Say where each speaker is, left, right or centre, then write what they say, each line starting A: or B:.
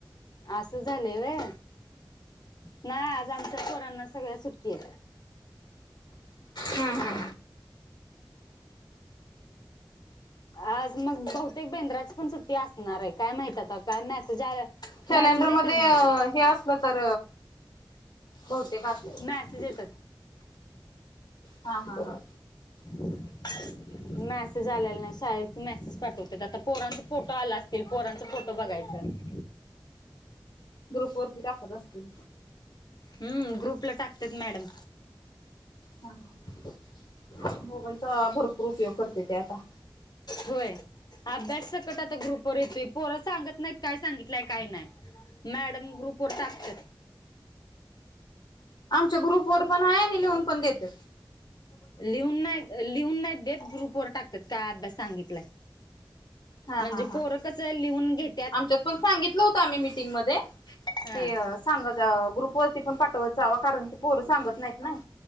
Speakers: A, on the left; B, on the left.
A: असं झालंय वय नाही आज आमच्या पोरांना सगळ्या सुट्टीय
B: हा, हा
A: आज मग बहुतेक बेंद्राची पण सुट्टी असणार आहे, काय माहित आता? काय मॅसेज
B: कॅलेंडरमध्ये
A: मॅसेज येतात
B: हे असलं तर बहुतेक असेल
A: मॅसेज येतात
B: हा हा हा.
A: <inaudible> मेसेज आलेला नाही, शाळेतनं मेसेज पाठवतात, आता पोरांचं फोटो आला असतील? पोरांचं फोटो बघायचं.
B: ग्रुपवरती टाकत असतील?
A: हम्म ग्रुपला टाकतेत मॅडम.
B: हा हा मोबाईलचा भरपूर उपयोग करतेती आता.
A: व्हय. अभ्यासकट आता ग्रुपवर येतोय, पोरं सांगत नाहीत काय सांगितलंय काही नाही. मॅडम ग्रुपवर टाकतेत.
B: आमच्या ग्रुपवर पण आहे आणि लिहून पण देतेत.
A: लिहून नाही लिहून नाहीत देत ग्रुपवर टाकत्यात काय अभ्यास सांगितलाय.
B: हा
A: म्हणजे
B: हा हा
A: पोरं कसं लिहून घेत
B: आमच्यात पण सांगितलं होतं आम्ही मीटिंगमध्ये
A: हा
B: की सांग त ग्रुप वरती पण पाठवत जावा कारण की पोरं सांगत नाहीत नाही.